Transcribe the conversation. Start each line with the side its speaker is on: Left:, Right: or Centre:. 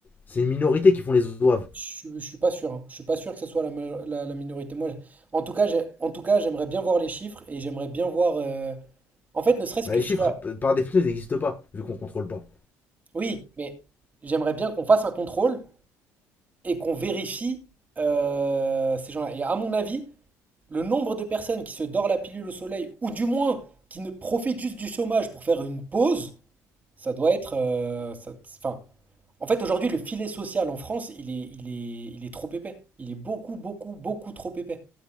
Left: C'est une minorité qui font les zouaves.
Right: Je je suis pas sûr, hein. Je suis pas sûr que ce soit la, ma- la- la minorité. Moi, je- en tout cas, j'ai- en tout cas, j'aimerais bien voir les chiffres et j'aimerais bien voir. euh, En fait, ne serait-ce
Left: Bah,
Right: que
Left: les
Right: s'il
Left: chiffres,
Right: y a.
Left: p- par définition, ils n'existent pas, vu qu'on contrôle pas.
Right: Oui, mais j'aimerais bien qu'on fasse un contrôle et qu'on vérifie euh, ces gens-là. Et à mon avis, le nombre de personnes qui se dorent la pilule au soleil, ou du moins qui ne profitent juste du chômage pour faire une pause, ça doit être... euh, ça- enfin, en fait, aujourd'hui, le filet social en France, il est, il est, il est trop épais. Il est beaucoup, beaucoup, beaucoup trop épais.